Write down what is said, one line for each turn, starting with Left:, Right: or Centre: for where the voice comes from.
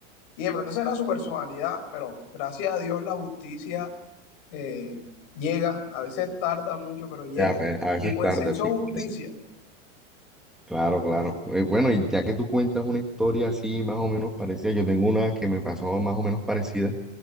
Left: Y de pronto esa era su personalidad, pero gracias a Dios la justicia eh, llega, a veces tarda mucho, pero llega.
Centre: Ya, pues, A veces
Left: Y pues
Centre: tarda,
Left: se hizo
Centre: sí.
Left: justicia.
Centre: correcto. Claro, claro. Eh, Bueno, y ya que tú cuentas una historia así más o menos parecida, yo tengo una que me pasó más o menos parecida,